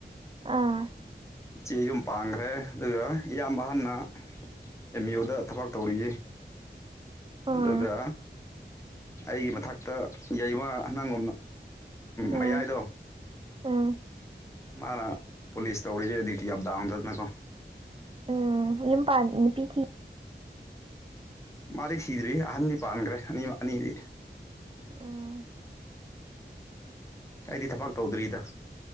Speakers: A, on the right; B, on the left.
A: ꯑꯥ
B: ꯏꯆꯦ ꯌꯨꯝ ꯄꯥꯡꯈ꯭ꯔꯦ ꯑꯗꯨꯒ ꯏꯌꯥꯝꯕ ꯍꯟꯅ ꯑꯦꯝ ꯌꯨꯗ ꯊꯕꯛ ꯇꯧꯔꯤ
A: ꯎꯝ
B: ꯑꯗꯨꯒ ꯑꯩꯒꯤ ꯃꯊꯛꯇ ꯂꯩꯕꯥ ꯑꯉꯥꯡ
A: ꯎꯝ
B: ꯃꯌꯥꯏꯗꯣ
A: ꯎꯝ
B: ꯃꯥꯅ ꯄꯨꯂꯤꯁ ꯇꯧꯔꯤꯁꯦ ꯗꯤꯇꯤ ꯑꯞꯗꯥꯎ ꯑꯃꯝꯗꯗꯅꯀꯣ
A: ꯎꯝ ꯌꯨꯝ ꯄꯥꯟ ꯅꯨꯄꯤꯊꯤ
B: ꯃꯥꯗꯤ ꯊꯤꯗ꯭ꯔꯤ ꯑꯍꯟꯗꯤ ꯄꯥꯟꯈ꯭ꯔꯦ ꯑꯅꯤ ꯑꯅꯤꯗꯤ
A: ꯑꯣ
B: ꯑꯩꯗꯤ ꯊꯕꯛ ꯇꯧꯗ꯭ꯔꯤꯗ